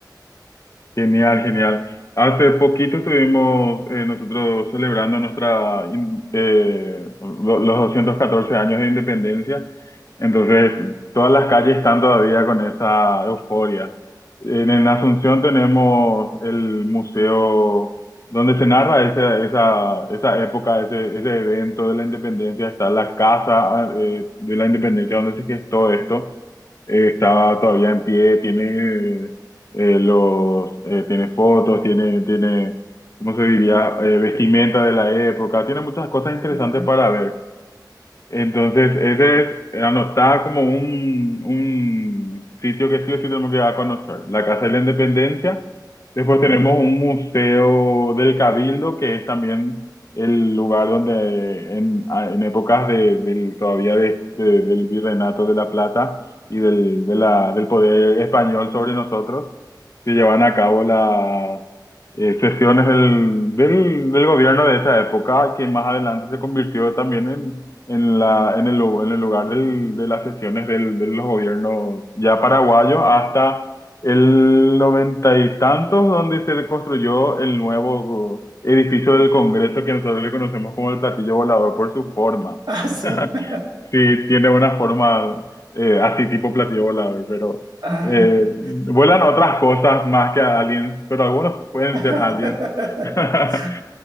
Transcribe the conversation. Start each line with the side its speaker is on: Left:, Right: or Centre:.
Left: Genial, genial. Hace poquito estuvimos eh, nosotros celebrando nuestra in- eh, lo- los 214 años de independencia. Entonces, todas las calles están todavía con esa euforia. En, en Asunción tenemos el museo donde se narra esa, esa, esa época, ese, ese evento de la independencia. Está la casa eh, de la independencia donde se gestó esto. Eh, estaba todavía en pie, tiene eh, los, eh, tiene fotos, tiene, tiene, ¿cómo se diría? Eh, vestimenta de la época, tiene muchas cosas interesantes
Right: Ok.
Left: para ver. Entonces, ese es, anotaba como un, un sitio que sí o sí tenemos que ir a conocer, la Casa de la Independencia. Después tenemos un museo del Cabildo, que es también el lugar donde en, a- en épocas de, del, todavía de- de- del virreinato de La Plata y del, de la, del poder español sobre nosotros, se llevan a cabo las eh, sesiones del, del, del gobierno de esa época, que más adelante se convirtió también en en la, en el, lu- en el lugar del- de las sesiones del- de los gobiernos ya paraguayos hasta el noventa y tantos, donde se construyó el nuevo edificio del Congreso que nosotros le conocemos como el platillo volador por su forma.
Right: Ah, sí.
Left: <laughs>
Right: <laughs>
Left: Sí, tiene una forma eh, así tipo platillo volador, pero
Right: Ah.
Left: eh, vuelan otras cosas más que aliens, pero algunos pueden ser
Right: <laughs>
Left: aliens <laughs>